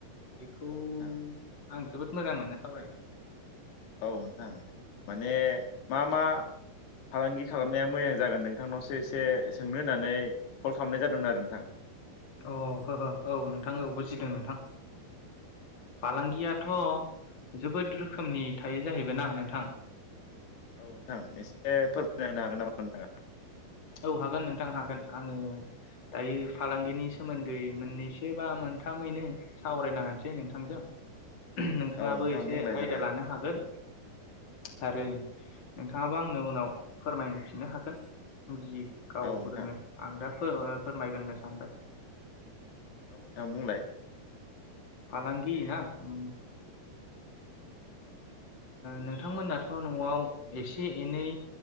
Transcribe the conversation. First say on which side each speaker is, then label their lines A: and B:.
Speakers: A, on the left; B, on the left.
A: बेखौ
B: औ नोंथां
A: आं जोबोद मोजां मोनो सावरायनो।
B: औ नोंथां माने मा मा फालांगि खालामनाया मोजां जागोन नोंथांनावसो एसे सोंनो होननानै कल खालामनाय जादोंमोन आरो नोंथां
A: अ' हो हो औ नोंथांबो बुजि दों नोंथां फालांगियाथ' जोबोद रोखोमनि थायो जाहैबायना नोंथां।
B: औ नोंथां एसे एसे फोरमायना होनो हागोन नामा नोंथाङा?
A: औ हागोन नोंथां हागोन आङो दायो फालांगिनि सोमोन्दै मोननैसो बा मोनथामैनो सावरायना होनोसै नोंथांजों। नोंथांङाबो
B: हागोन नामा
A: एसे
B: नोंथाङा औ नोंथां बुंलाय
A: आयदा
B: देलाय
A: लानो हागोन। आरो नोंथांङाबो आंनो उनाव फोरमायफिननो हागोन। फुनजि गाव
B: औ नोंथां
A: रोङो आं दा फोरमायगोन होनना सानबाय
B: औ दा बुंलाय
A: फालांगि ना ओ नोंथांमोनाथ' न'आव एसे एनै